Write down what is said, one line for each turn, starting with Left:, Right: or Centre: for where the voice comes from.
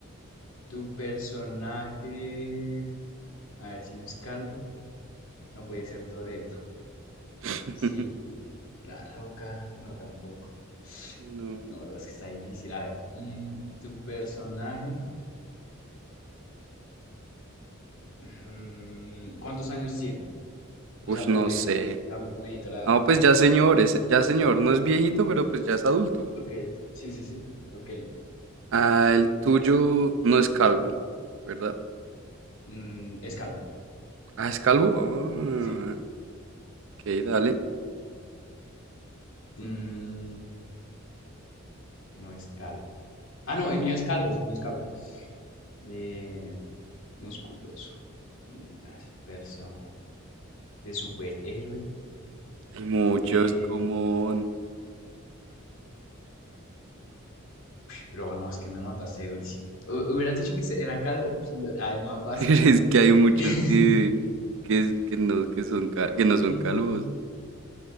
Left: ¿Tu personaje... A ver si no es calvo. No puede ser Toretto.
Right: <laughs>
Left: Sí, La Roca, no tampoco.
Right: No.
Left: No, bro, es que está difícil. A ver, mm, tu personaje, mm, ¿cuántos años tiene?
Right: Uy,
Left: O sea, promedio.
Right: no sé.
Left: Tampoco necesito la...
Right: No,
Left: edad.
Right: pues ya señor, es- ya señor, no es viejito, pero pues ya es adulto.
Left: Ok, sí, sí, sí. Ok.
Right: Ah, el tuyo no es calvo, ¿verdad?
Left: Mm, es calvo.
Right: Ah, ¿es calvo? Ah,
Left: Sí.
Right: ok, dale.
Left: Mm, no es calvo. Ah, no, el mío es calvo, el mío es calvo. Eh, musculoso. Mm, Persona. De superhéroe.
Right: Hay muchos
Left: Eh,
Right: como... <laughs>
Left: Pero no, es que me mataste durísimo. Hu- Hubieras dicho que se- era calvo, pues lo- ah, es más fácil.
Right: Pero es que hay muchos
Left: <laughs>
Right: que, que, que no, que son, ca- que no son
Left: Mm,
Right: calvos.